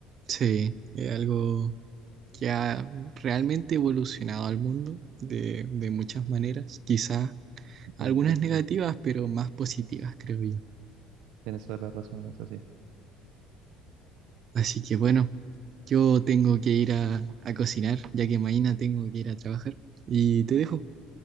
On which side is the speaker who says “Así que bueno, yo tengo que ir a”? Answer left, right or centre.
Right